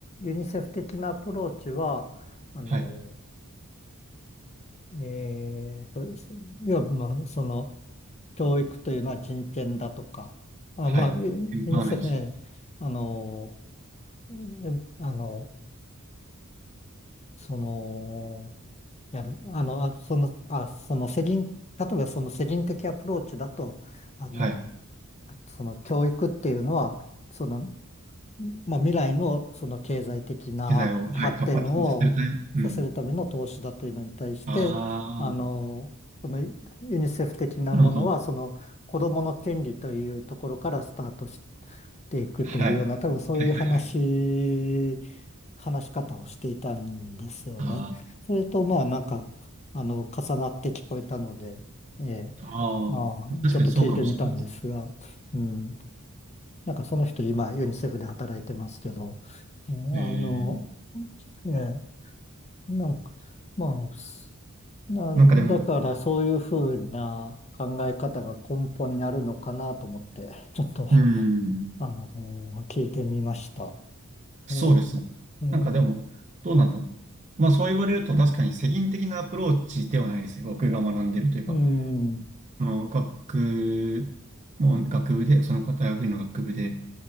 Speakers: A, on the left; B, on the right.
A: ニセフ的なアプローチは、あの、
B: はい、
A: えっと、要は、まあ、その、教育というのは人権だとか、あ、
B: はい、
A: まあ、ユユニセフ、
B: エンパワーメント、
A: えーあの、えあの、その、やる。あの、あ、その、あ、その、世倫、例えばその世倫的アプローチだと、あの、
B: はい。
A: その教育っていうのは、そのまあ、未来のその経済的な発展をさせるための投資だというのに対して、
B: 機材を、はい、活発にさせるためうん。ああ、
A: あの、そのユニセフ的なものは、
B: なるほど。
A: その子どもの権利というところからスタートしていくというような、
B: はい。はいはいはい。
A: 多分そういう話、話し方をしていたんですよね。
B: あ
A: それと、まあ、なんか、あの、重なって聞こえたので、ええ、
B: あ、ああ、
A: ああ、
B: でも確かにそうかもしれないです。
A: ちょっと聞いてみたんですが、うん。なんかその人今ユニセフで働いてますけど、えーあの、
B: ええー
A: えーなんか、まあ、すなんだからそういうふうな考え方が根本にあるのかなと思って、
B: なんかでも、
A: ちょっと、
B: うん、
A: あの、聞いてみました。
B: そうですね。
A: えーえー
B: なんかでも、どうなんだろう。まあそう言われると確かに世銀的なアプローチではないですね。僕が学んでるというか、
A: うん、
B: あの学もう学部で、その大学院の学部で